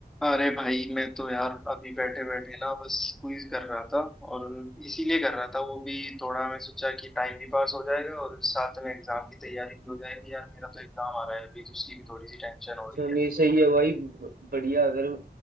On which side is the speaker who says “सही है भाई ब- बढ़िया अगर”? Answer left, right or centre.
Right